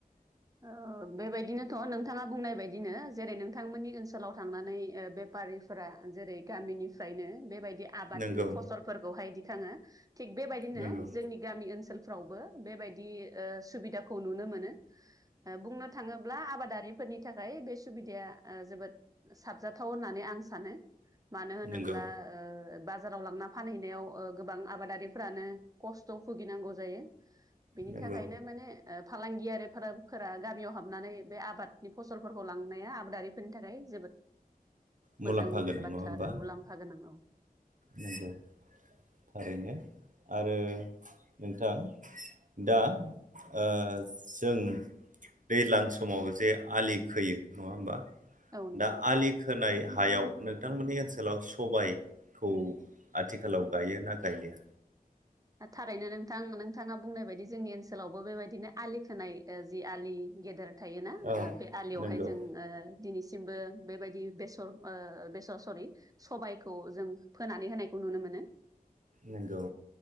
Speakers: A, on the right; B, on the right.
A: ओ बेबायदिनोथ' नोंथाङा बुंनाय बायदिनो जेरै नोंथांमोननि ओनसोलाव थांनानै ओ बे फारिफोरा जेरै गामिनिफ्रायनो बेबाय दि आबादनि
B: नंगौ
A: फसलफोरखौहाय दिखाङो थिग बेबायदिनो
B: नंगौ
A: जोंनि गामि ओनसोलफ्रावबो बेबायदि ओ सुबिदाखौ नुनो मोनो। बुंनो थाङोब्ला आबादारिफोरनि थाखाय बे सुबिदाया ओ जोबोद साबजाथाव होननानै आं आं सानो मानो होनोब्ला
B: नंगौ
A: ओ बाजाराव लांना फानहैनायाव ओ गोबां आबादारिफ्रानो खस्थ' भुगिनांगौ जायो। बिनि
B: नंगौ
A: थाखायनो माने ओ फालांगि आरो फोर फोरा गामियाव हाबनानै बे आबादनि फसलफोरखौ लांनाया आबादारिफोरनि थाखाय जोबोद
B: मुलाम्फा
A: मोजांनि
B: गोनां
A: बाथ्रा
B: नङा होमबा
A: आरो मुलाम्फा गोनां औ।
B: नंगौ थारैनो आरो नोंथां दा ओ जों दैज्लां समाव जे आलि खोयो नङा होमबा
A: औ नोंथां
B: दा आलि खोनाय हायाव नोंथांमोननि ओनसोलाव सबाय खौ आथिखालाव गायो ना गायलिया?
A: थारैनो नोंथां नोंथाङा बुंनाय बायदि जोंनि ओनसोलावबो बेबायदिनो आलि खोनाय ओ जि आलि गेदेर थायोना
B: औ
A: ओ बे आलियावहाय
B: नंगौ
A: जों ओ दिनैसिमबो बेबायदि बेसर ओ बेसर सरि सबायखौ जों फोनानै होनायखौ नुनो मोनो।
B: नंगौ